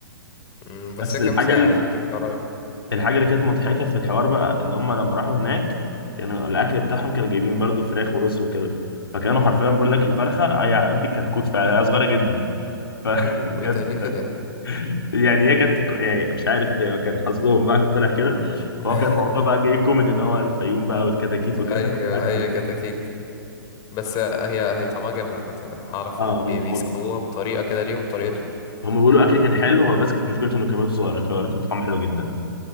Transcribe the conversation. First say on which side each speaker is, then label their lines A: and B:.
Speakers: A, on the left; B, on the left.
A: مم، بس
B: بس
A: هي
B: الحاجه
A: كام ساعة
B: ال-
A: يعني كام ساعة رايح
B: الحاجه اللي كانت مضحكه في الحوار بقى ان هم لما راحوا هناك كانوا الاكل بتاعهم كانوا جايبين برضو فراخ ورز وكده فكانوا حرفيا بيقول لك الفرخه هي قد الكتكوت فعلا هي صغيره جدا فكانت
A: اوه ايه ده ليه كده
B: <laughs> يعني هي كانت يعني مش عارف هي كان حظهم بقى طلع كده
A: <laughs>
B: فهو كان الموضوع بقى جاي كوميدي ان هو الفيوم بقى والكتاكيت وكده
A: ايوه
B: أكل-
A: هي كده اكيد بس هي هي طعمها جامد عامة انا هعرف
B: اه
A: ان بي- بيسووها بطريقة كده ليهم طريقتهم
B: هم بيقولوا اكل كان حلو هو بس كانت مشكلته انه كميته صغيره فبيقول لك كنت طعمه حلو جدا